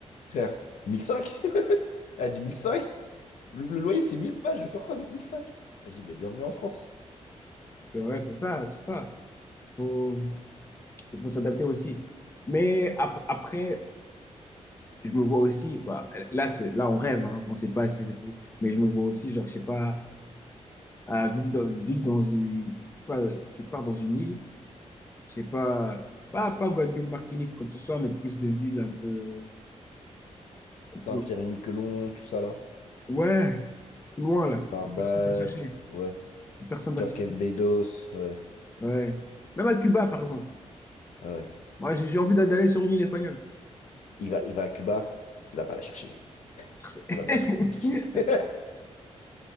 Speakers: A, on the left; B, on the left.
A: frère, 1005? <laughs> Elle a dit, 1005? Le, le loyer, c'est 1000 balles, je vais faire quoi avec 1005? J'ai dit, mais bienvenue en France.
B: C'est vrai, c'est ça, c'est ça. Faut, faut s'adapter aussi. Mais ap- après, je me vois aussi, bah, là, c'est, là, on rêve, hein, on sait pas si c'est possible, mais je me vois aussi, genre, je sais pas, à vivre dans, vivre dans une, quelque part, quelque part dans une île, je sais pas, pas, pas Guadeloupe, Martinique, comme que ce soit, mais plus des îles un peu,
A: Saint-Pierre-et-Miquelon,
B: un peu,
A: tout ça là.
B: ouais, plus loin, là.
A: Barbade,
B: Personne va te chercher.
A: ouais.
B: Personne va
A: Turk
B: te chercher.
A: and Bedos, ouais.
B: Ouais. Même à Cuba, par exemple.
A: ouais.
B: Moi, j'ai j'ai envie d'a- d'aller sur une île espagnole.
A: Il va, il va à Cuba, il va pas la chercher.
B: <laughs>
A: Il va pas la chercher. <laughs>